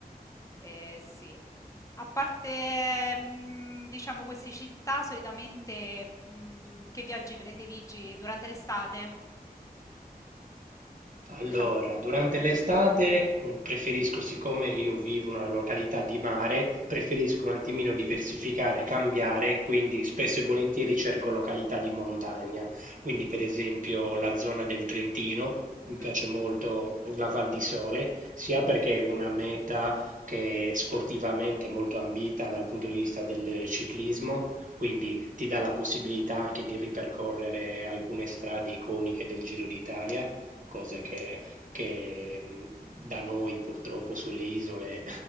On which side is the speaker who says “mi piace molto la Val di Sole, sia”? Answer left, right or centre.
Right